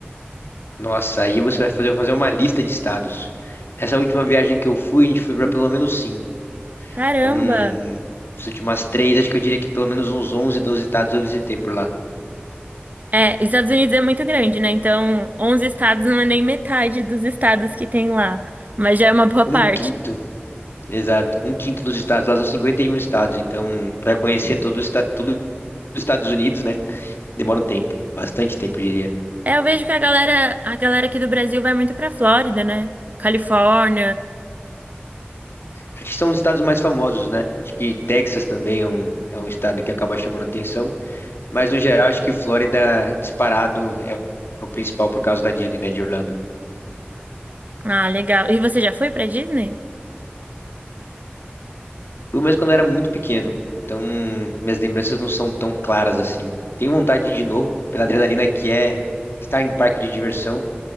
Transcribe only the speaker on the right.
Caramba!
É, Estados Unidos é muito grande, né? Então, 11 estados não é nem metade dos estados que tem lá, mas já é uma boa
parte.
É, eu vejo que a galera, a galera aqui do Brasil vai muito pra Flórida, né? Califórnia.
Ah, legal. E você já foi pra Disney?